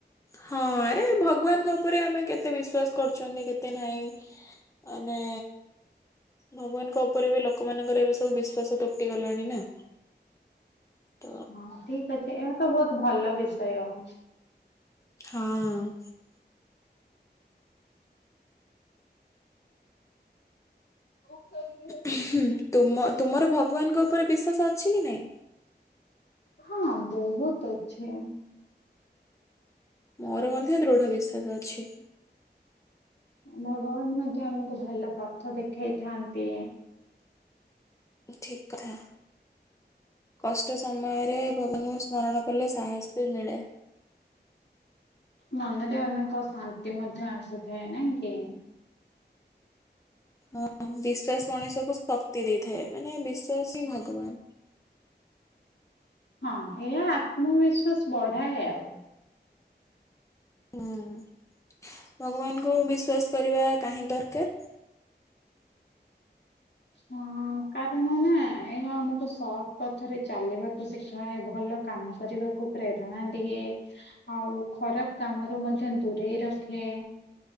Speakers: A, on the left; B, on the left.
A: ହଁ ଆରେ ଭଗବାନଙ୍କ ଉପରେ ଆମେ କେତେ ବିଶ୍ବାସ କରୁଛନ୍ତି କେତେ ନାହିଁ? ମାନେ ଭଗବାନଙ୍କ ଉପରେ ବି ଲୋକମାନଙ୍କର ଏବେ ସବୁ ବିଶ୍ଵାସ ତୁଟି ଗଲାଣି ନା। ତ
B: ହଁ ଠିକ ଅଛି ଏହା ତ ବହୁତ ଭଲ ବିଷୟ।
A: ହଁ।
B: <inaudible>
A: ହୁଁ -ତୁମ-ତୁମର ଭଗବାନଙ୍କ ଉପରେ ବିଶ୍ୱାସ ଅଛି କି ନାଇଁ?
B: ହଁ ବହୁତ୍ ଅଛି।
A: ମୋର ମଧ୍ୟ ଦୃଢ ବିଶ୍ଵାସ ଅଛି।
B: ଭଗବାନ ମଧ୍ୟ ଆମକୁ ଭଲ ପଥ ଦେଖେଇଥାନ୍ତି।
A: ଠିକ୍ କଥା କଷ୍ଟ ସମୟରେ ଭଗବାନଙ୍କୁ ସ୍ମରଣ କଲେ ସାହସ୍ ବି ମିଳେ।
B: ମନରେ ଅନେକ ଶାନ୍ତି ମଧ୍ୟ ଆସିଥାଏ ନାଇଁ କି?
A: ହଁ ବିଶ୍ଵାସ ମଣିଷକୁ ଶକ୍ତି ଦେଇଥାଏ ମାନେ ବିଶ୍ୱାସ ହିଁ ଭଗବାନ୍।
B: ହଁ ଏହା ଆତ୍ମବିଶ୍ୱାସ ବଢାଏ ଆଉ।
A: ହୁଁ- ଭଗବାନଙ୍କୁ ବିଶ୍ଵାସ କରିବା କାହିଁ ଦରକାର୍?
B: ହଁ। କାରଣ ନା ଏହା ଆମକୁ ସତ୍ ପଥରେ ଚାଲିବାକୁ ଶିଖାଏ ଭଲ କାମ କରିବାକୁ ପ୍ରେରଣା ଦିଏ। ଆଉ ଖରାପ୍ କାମରୁ ମଧ୍ୟ ଦୂରେଇ ରଖେ।